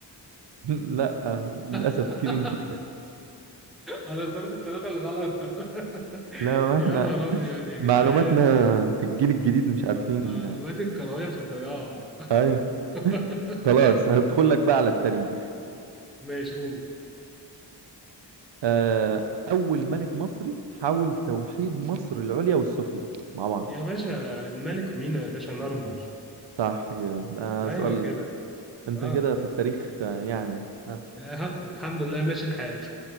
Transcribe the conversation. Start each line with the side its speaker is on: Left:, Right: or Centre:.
Right: <laughs> لا آه، للاسف
Centre: <laughs>
Right: كيفن كيجن
Centre: انا اخترت الثلاثه الغلط <laughs>
Right: لا ما احنا
Centre: يا نهار أبيض يا جدعان
Right: معلوماتنا الجيل الجديد مش عارفين
Centre: معلومات الكروية في الضياع <laughs>
Right: ايوه خلاص هدخل لك بقى على التاريخ
Centre: ماشي قول
Right: آه، اول ملك مصري حاول توحيد مصر العليا والسفلى مع بعض
Centre: يا باشا الملك مينا يا باشا نرمر
Right: صح كده. ده
Centre: أيوه
Right: سؤال
Centre: كده
Right: انت
Centre: أه
Right: كده في التاريخ آه، يعني ها.
Centre: آه، ها الحمد لله ماشي الحال